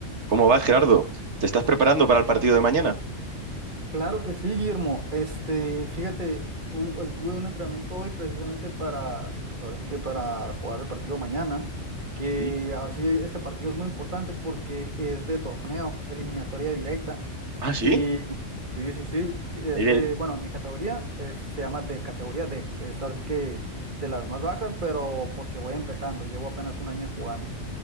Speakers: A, on the right; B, on the right.
A: ¿Cómo vas, Gerardo? ¿Te estás preparando para el partido de mañana?
B: Claro que sí, Guillermo. Este, fíjate, tu- eh, tuve un entrenamiento hoy precisamente para, pues ahora sí que para jugar el partido mañana, que
A: ¿Mm?
B: ahora sí este partido es muy importante porque es de torneo, eliminatoria directa.
A: Ah, sí.
B: Y sí, sí, sí, es
A: Eh,
B: de, bueno, mi categoría es- se llama de categoría D, que es ahora sí que de las más bajas, pero porque voy empezando, llevo apenas un año jugando.